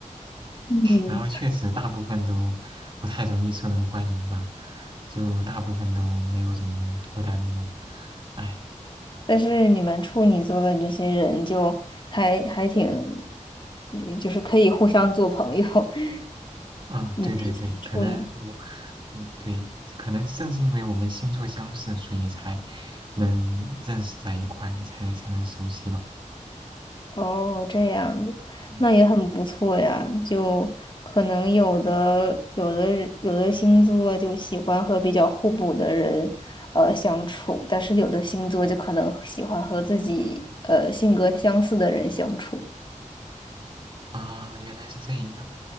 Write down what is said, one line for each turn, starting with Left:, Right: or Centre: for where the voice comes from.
Left: 嗯。
Right: 然后确实大部分都不太容易受人欢迎吧，就大部分都没有怎么脱单过。唉，
Left: 但是你们处女座的这些人就还还挺，嗯就是可以互相做朋友。<laughs>
Right: 啊，
Left: 你们一起处女，
Right: 对对对，可能我。嗯，对，可能正是因为我们星座相似，所以才能认识在一块，才才能熟悉吧。
Left: 哦，这样子，
Right: 嗯。
Left: 那也很不错呀。就可能有的有的人有的星座就喜欢和比较互补的人呃相处，但是有的星座就可能喜欢和自己呃性格相似的人相处。
Right: 啊，原来是这样。